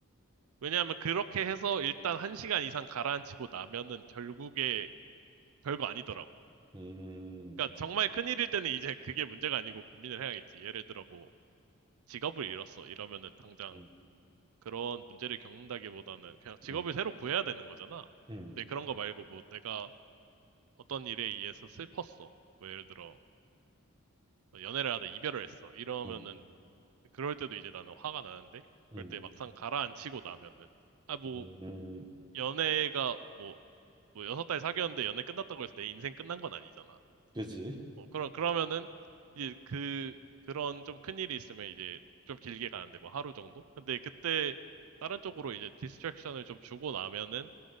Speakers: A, on the right; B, on the right.
A: 왜냐하면 그렇게 해서 일단 한 시간 이상 가라앉히고 나면은 결국에 별거 아니더라고.
B: 음,
A: 그러니까 정말 큰일일 때는 이제 그게 문제가 아니고 고민을 해야겠지. 예를 들어 뭐 직업을 잃었어 이러면은 당장
B: 음,
A: 그런 문제를 겪는다기보다는 그냥 직업을
B: 음,
A: 새로 구해야 되는 거잖아.
B: 음,
A: 근데 그런 거 말고 뭐 내가 어떤 일에 의해서 슬펐어. 뭐 예를 들어 연애를 하다 이별을 했어. 이러면은
B: 음,
A: 그럴 때도 이제 나는 화가 나는데, 그럴
B: 음,
A: 때 막상 가라앉히고 나면은, 아, 뭐,
B: 음,
A: 연애가 뭐, 뭐 여섯 달 사귀었는데 연애 끝났다고 해서 내 인생 끝난 건 아니잖아.
B: 그지?
A: 뭐, 그러, 그러면은, 이제 그, 그런 좀 큰일이 있으면 이제 좀 길게 가는데, 뭐 하루 정도? 근데 그때 다른 쪽으로 이제 디스트랙션을 좀 주고 나면은,